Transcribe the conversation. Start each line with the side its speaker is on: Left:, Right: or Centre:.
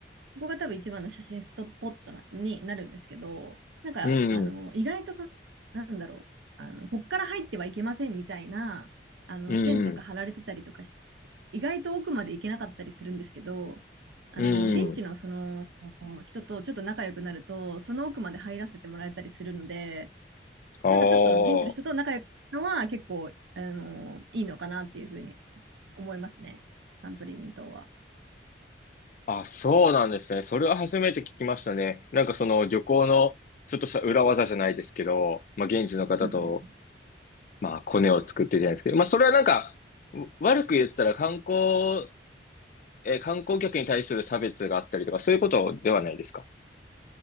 Right: そこが多分一番の写真ストッポットなになるんですけど、なんか、
Left: うん。
Right: あの、意外とその、なんだろう、あの、こっから入ってはいけませんみたいな、あの、
Left: うん。
Right: 線とか貼られてたりとかし、意外と奥まで行けなかったりするんですけど、あの、
Left: うん。
Right: 現地のその
Left: うん。
Right: 人とちょっと仲良くなると、その奥まで入らせてもらえたりするので、
Left: ああ。
Right: なんかちょっと現地の人と仲良くするのは結構、あの、いいのかなっていうふうに思いますね、サントリーニ島は。
Left: あ、そうなんですね。それは初めて聞きましたね。なんかその旅行のちょっとした裏技じゃないですけど、まあ現地の方と、
Right: うんうん
Left: まあコネを作ってじゃないですけど、まあそれはなんか、う悪く言ったら観光、えー観光客に対する差別があったりとか、そういうことではないですか。